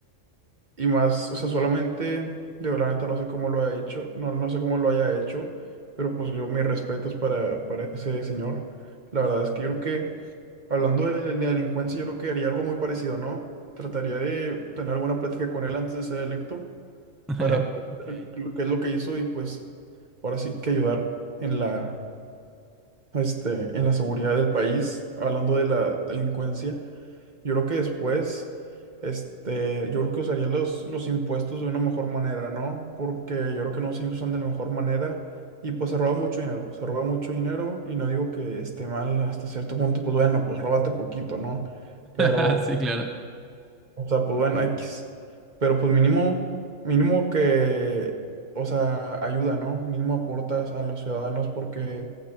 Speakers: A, on the right (about 40°); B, in the centre.
A: y más, o sea, solamente, de verdad, neta, no sé cómo lo haya hecho, no, no sé cómo lo haya hecho, pero pues yo mis respetos para, para ese señor. La verdad es que yo creo que, hablando de, de delincuencia, yo creo que haría algo muy parecido, ¿no? Trataría de tener alguna plática con él antes de ser electo
B: <laughs>
A: para poder
B: Ok.
A: ver lo que es lo que hizo y pues ahora sí que ayudar en la este, en la seguridad del país, hablando de la delincuencia, yo creo que después, este, yo creo que usaría los, los impuestos de una mejor manera, ¿no? Porque yo creo que no se usan de la mejor manera y pues se roba mucho dinero, se roba mucho dinero y no digo que esté mal hasta cierto punto, pues bueno, pues róbate poquito, ¿no?
B: <laughs>
A: pero
B: Sí, claro.
A: o sea, pues bueno, X. Pero pues mínimo, mínimo que, o sea, ayuda, ¿no? Mínimo aportas a los ciudadanos porque,